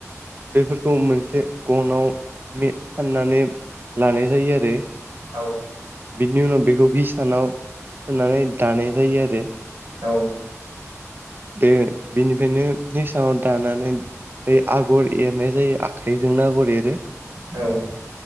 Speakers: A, on the right; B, on the right.
A: बेफोरखौ मोनसे गनाव मे फाननानै लानाय जायो आरो
B: आव
A: बिनि उनाव बेखौ हिसानाव सोनानै दानाय जायो आरो
B: औ
A: बे बिनिफायनो निसानाव दानानै ए आगर एरनाय जायो आखाइजोंनो आगर एरो
B: औ